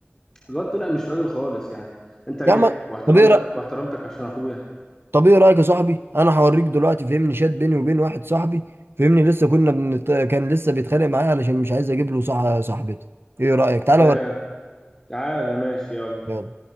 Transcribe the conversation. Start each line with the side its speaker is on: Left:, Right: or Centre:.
Left: الواد طلع مش راجل خالص يعني انت جاي
Right: يا عم
Left: واحترمتك
Right: طب ايه رأ-
Left: واحترمتك عشان اخويا
Right: طب ايه رايك يا صاحبي انا هوريك دلوقتي فهمني شات بيني وبين واحد صاحبي فهمني لسه كنا بنت... كان لسه بيتخانق معايا علشان مش عايز اجيب له صح... صاحبتي ايه رايك تعالى
Left: ياه
Right: اوريك
Left: تعالى ماشي يلا
Right: يلا